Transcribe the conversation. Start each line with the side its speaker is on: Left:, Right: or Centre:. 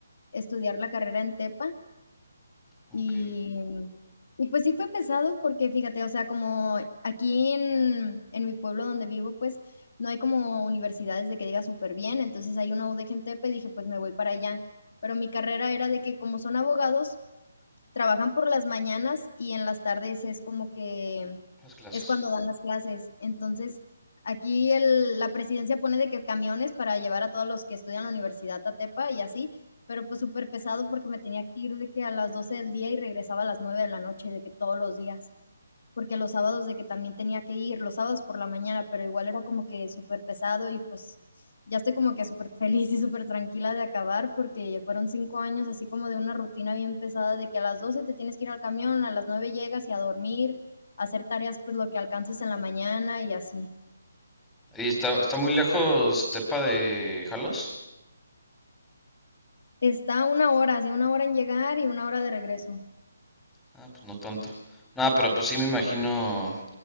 Left: estudiar la carrera en Tepa
Centre: Ok,
Left: Y, y pues sí fue pesado porque fíjate, o sea, como aquí en, en mi pueblo donde vivo, pues no hay como universidades de que diga súper bien, entonces hay una UDGTP, dije, pues me voy para allá. Pero mi carrera era de que como son abogados, trabajan por las mañanas y en las tardes es como que
Centre: las clases.
Left: es cuando dan las clases. Entonces, aquí el, la presidencia pone de que camiones para llevar a todos los que estudian en la universidad a Tepa y así, pero pues súper pesado porque me tenía que ir de que a las 12 del día y regresaba a las 9 de la noche, de que todos los días porque los sábados de que también tenía que ir, los sábados por la mañana, pero igual era como que súper pesado y pues ya estoy como que súper <laughs> feliz y súper tranquila de acabar porque fueron cinco años así como de una rutina bien pesada de que a las 12 te tienes que ir al camión, a las 9 llegas y a dormir, a hacer tareas pues lo que alcances en la mañana y así.
Centre: ¿Y está, está muy lejos Tepa de Jalos?
Left: Está una hora, así una hora en llegar y una hora de regreso.
Centre: Ah, pues no tanto. No, pero pues sí me imagino